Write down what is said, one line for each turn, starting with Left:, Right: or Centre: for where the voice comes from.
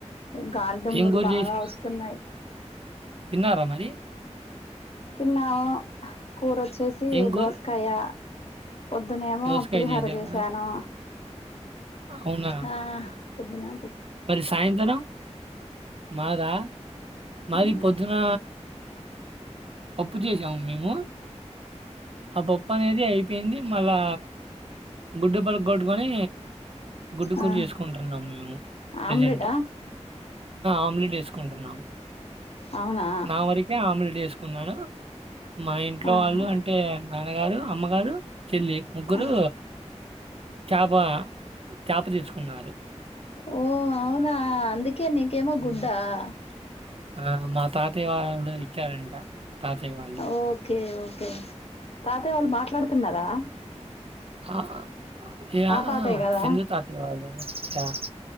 Left: ఈ గాలిదమ్ములు
Right: ఏం కూర
Left: బాగా
Right: చేశారు?
Left: వస్తున్నాయి
Right: తిన్నారా మరి
Left: తిన్నావా కూర వచ్చేసి
Right: ఏం కూర?
Left: దోసకాయ పొద్దునేమో
Right: దోసకాయ
Left: పులిహర
Right: చేశారా?
Left: చే స్యాను
Right: అవునా!
Left: ఆా పోద్దునా
Right: మరి సాయంత్రం మాదా మాది
Left: మ్మ్
Right: పొద్దున్న అప్పు చేసాము మేము ఆ పప్పు అనేది అయిపోయింది మళ్ళా గుడ్డుపలకొట్టుకొని గుడ్డు కూూర
Left: ఆ
Right: చేసుకుంటున్నాం మేము ప్రజెంట్
Left: ఆమ్లెటా
Right: ఆమ్లెట్ వేసుకు కొంటు ర్న్నాము
Left: అవునా
Right: నా వరకే ఆములేట్ వేసుకున్నాను మా ఇంట్లో
Left: ఆహా
Right: వాళ్ళు అంటే నాన్నగారు అమ్మగారు చెల్లి ముగ్గురు
Left: ఆ
Right: చాప చేప తీసుకున్నారు
Left: ఓ అవునా అందుకే నీకేమ
Right: హ్మ్.
Left: గుడ్డా అ
Right: ఆ మా తాతయ్య వాళ్ళు ఇచ్చారంట తాతయ్య వాళ్ళు.
Left: ఓకే ఓకే తాతయ్య వాళ్ళు ు మాట్లాడుతున్నారా
Right: ఆ ఏ ఆ
Left: తాతయ్య కదా
Right: సింధు తాతయ్య వాళ <inaudible>